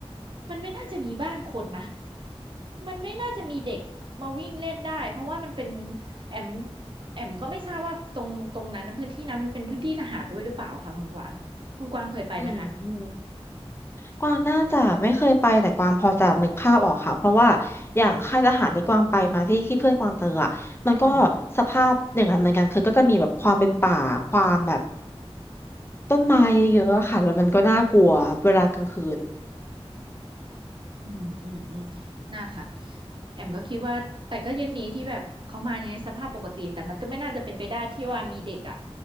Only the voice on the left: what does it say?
อืมกวางน่าจะไม่เคยไปแต่กวางพอจะนึกภาพออกค่ะเพราะว่าอย่างค่ายทหารในกวางไปมาที่ที่เพื่อนกวางเจออ่ะมันก็
สภาพอย่างนั้นเหมือนกันคือก็จะมีแบบความเป็นป่าความแบบต้นไม้เยอะๆอะค่ะแล้วมันก็น่ากลัวเวลากลางคืน